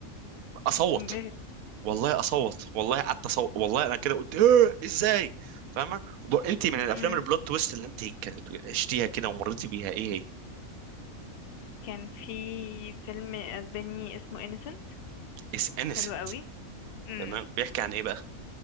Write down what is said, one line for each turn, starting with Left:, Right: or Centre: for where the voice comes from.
Right: فاصوت
Left: <laughs> تنبهر
Right: والله اصوت والله قعدت اصوت والله انا كده قلت "إيه، ازاي فاهمه وب- انت من الافلام
Left: امم
Right: البلوت تويست اللي انت كانت عشتيها كده ومريتي بيها ايه هي
Left: كان في فيلم اسباني اسمه انيسنت
Right: اس انسنت
Left: حلو قوي امم
Right: تمام بيحكي عن ايه بقى